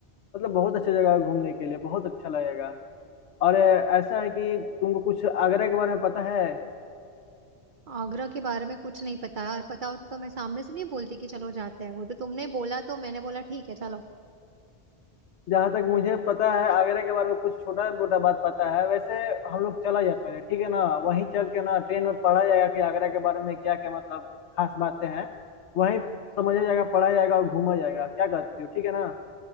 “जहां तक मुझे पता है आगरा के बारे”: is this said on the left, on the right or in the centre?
Left